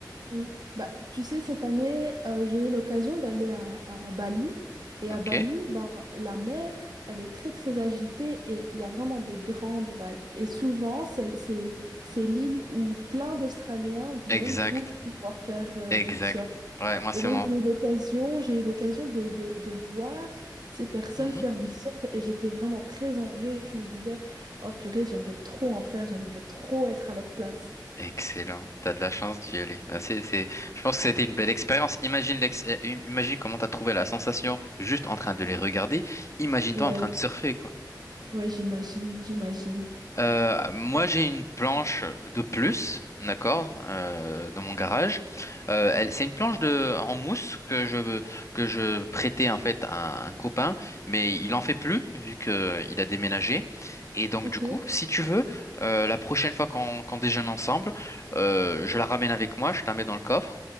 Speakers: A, on the right; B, on the left.
A: Oui, bah, tu sais, cette année, euh, j'ai eu l'occasion d'aller à, à Bali. Et
B: Ok,
A: à Bali, ben, la mer, elle est très, très agitée et il y a vraiment des grandes vagues. Et souvent, c'est, c'est, c'est l'île où plein d'Australiens viennent
B: exact,
A: pour pouvoir faire euh,
B: exact.
A: du surf.
B: Ouais, moi c'est
A: Et donc,
B: mon,
A: j'ai eu l'occasion, j'ai eu l'occasion de, de, de voir ces personnes
B: Mhm.
A: faire du surf et j'étais vraiment très envieuse. Je me disais, oh purée, j'aimerais trop en faire, j'aimerais trop être à leur place.
B: Excellent, t'as de la chance d'y aller. Bah, c'est, c'est... Je pense que c'était une belle expérience. Imagine l'ex... euh, im- Imagine comment t'as trouvé la sensation juste en train de les regarder. Imagine-toi
A: Ouais,
B: en train de surfer, quoi.
A: ouais, j'imagine, j'imagine.
B: Euh, moi, j'ai une planche de plus, d'accord, euh, dans mon garage. Euh, elle, c'est une planche de en mousse que je que je prêtais en fait à un copain, mais il en fait plus vu que il a déménagé. Et donc
A: Ok,
B: du coup, si tu veux, euh, la prochaine fois qu'on qu'on déjeune ensemble, euh, je la ramène avec moi, je te la mets dans le coffre.